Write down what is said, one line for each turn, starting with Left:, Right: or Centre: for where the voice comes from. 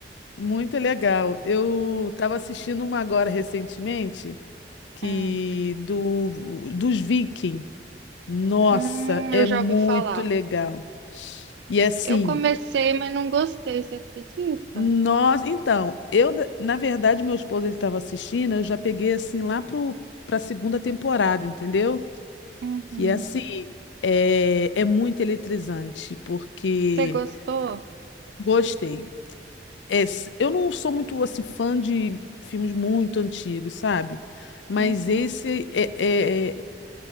Left: muito legal. Eu estava assistindo uma agora recentemente, que
Right: Hum.
Left: do dos Vikings. Nossa,
Right: Hum,
Left: é
Right: eu já
Left: muito
Right: ouvi falar.
Left: legal. E assim,
Right: Eu comecei, mas não gostei, você acredita?
Left: nós, então, eu na verdade meu esposo ele estava assistindo, eu já peguei assim lá pro para segunda temporada, entendeu?
Right: Uhum.
Left: E assim, É, é muito eletrizante, porque
Right: Você gostou?
Left: gostei. É, s- eu não sou muito assim fã de filmes muito antigos, sabe? Mas
Right: Uhum.
Left: esse é, é,